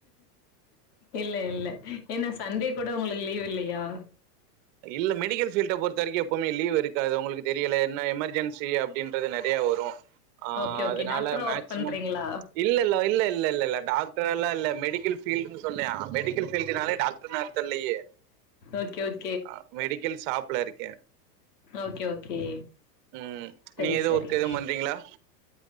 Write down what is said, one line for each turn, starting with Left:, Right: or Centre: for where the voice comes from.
Left: இல்ல இல்ல ஏன்னா சண்டே கூட உங்களுக்கு லீவ் இல்லையா
Right: இல்ல மெடிக்கல் ஃபீல்ட பொறுத்த வரைக்கும் எப்பவுமே லீ்வு இருக்காது உங்களுக்கு தெரியல என்ன எமர்ஜென் சி அப்படின்றது நிறைய வரும் ஆஹ்
Left: ஓகே ஓகே
Right: அதனால
Left: டாக்டரா
Right: மேக்சிமம்
Left: ஒர்க் பண்றீங்களா
Right: இல்ல இல்ல இல்ல இல்லல்ல இல்ல இல்ல டாக்டர் எல்லாம் இல்ல மெடிக்கல் ஃபீல்டுன்னு சொன்னேன் மெடிக்கல் ஃபீல்டுனாலே டாக்டர் னு அரத்தல்லையே
Left: ஓகே ஓக்
Right: அ மெடிக்கல் ஷாப்ல இருக்கேன்
Left: ஓகே ஓகே
Right: உம்
Left: சரி
Right: நீங்க ஏது
Left: சரி
Right: ஒர்க் எதும் பண்றீங்களா